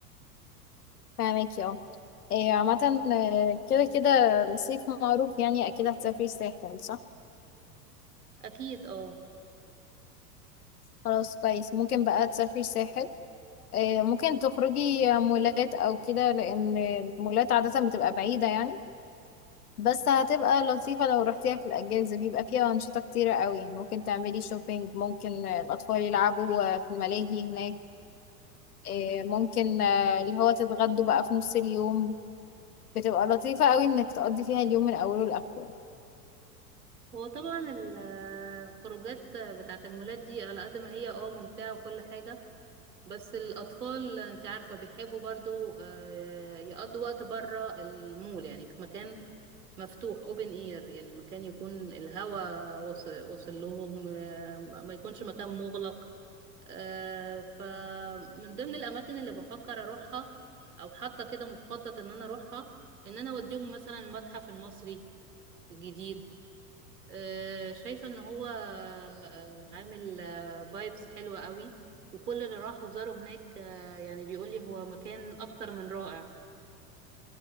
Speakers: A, on the left; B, on the right.
A: فاهمك اه إيه عامة آه، كده كده الصيف معروف يعني أكيد هتسافري الساحل صح؟
B: اكيد اه
A: خلاص كويس ممكن بقى تسافري الساحل آه، ممكن تخرجي مولات أو كده لأن المولات عادة بتبقى بعيدة يعني بس هتبقى لطيفة لو رحتيها في الأجازة بيبقى فيها أنشطة كتيرة أوي يعني ممكن تعملي شوبينج ممكن آه، الأطفال يلعبوا آه، في الملاهي هناك آه، ممكن آه، اللي هو تتغدوا بقى في نص اليوم بتبقى لطيفة أوي إنك تقضي فيها اليوم من أوله لآخره يعني.
B: هو طبعا الخروجات بتاعة المولات دي على قد ما هي اه ممتعة وكل حاجة بس الأطفال أنت عارفة بيحبوا برضو آه، يقضوا وقت بره المول يعني في مكان مفتوح اوبن اير يعني مكان يكون الهواء واصل واصل لهم آه، ما ما يكونش مكان مغلق آه، فمن ضمن الأماكن اللي بفكر أروحها أو حاطة كده مخطط إن أنا أروحها إن أنا أوديهم مثلا المتحف المصري الجديد آه، شايفة ان هو آه، عامل فايبس حلوة قوي وكل اللي راح وزاره هناك آه، يعني بيقول لي هو مكان اكتر من رائع